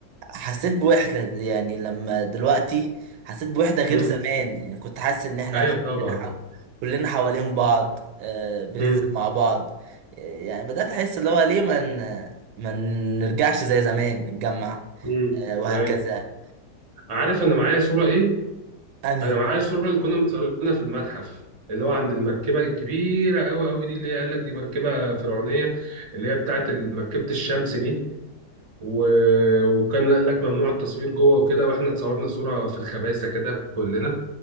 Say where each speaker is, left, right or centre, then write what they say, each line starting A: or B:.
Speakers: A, on the right; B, on the right.
A: حسيت بوحدة يعني لما دلوقتي حسيت بوحدة غير
B: مم.
A: زمان يعني كنت حاسس إن إحنا
B: ايوه طبعا
A: كلنا كلنا حوالين بعض آه، بننزل
B: مم.
A: مع بعض آه، يعني بدأت أحس اللي هو ليه ما ن- ما نرجعش زي زمان نتجمع
B: مم.
A: آه، وهكذا
B: ايوه عارف انا معايا صوره ايه
A: أنهي
B: انا معايا الصوره اللي كنا متصورينها في المتحف اللي هو عند المركبه الكبيره قوي قوي دي اللي هي قال لك دي مركبه فرعونيه اللي هي بتاعت مركبه الشمس دي و... وكان قال لك ممنوع التصوير جوه وكده واحنا اتصورنا صوره في الخباثه كده كلنا